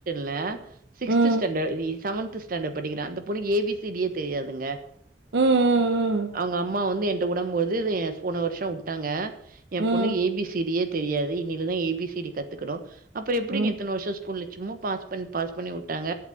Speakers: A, on the right; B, on the right.
A: ல சிக்ஸ்த்
B: ம்.
A: ஸ்டண்ட்
B: ம்.
A: இ செவன்த் ஸ்டண்ட்ட் படிக்கிறா அந்த பொண்ணுக்கு ஏ பி சி டி ஏ தெரியாதுங்க
B: ம்.
A: அவங்க அம்மா வந்து என்ட்ட உடம்போது எ போன வருஷோ உட்டாங்க எ
B: ம்.
A: பொண்ணு ஏ பி சி டி யே தெரியாது இனில தா ஏ பி சி டி கத்துக்கணு அப்புறோ எப்டிங்க
B: ம்.
A: இத்தன வருஷோ ஸ்கூல்ல சும்மா பாஸ் பன் பாஸ் பண்ணி உட்டாங்க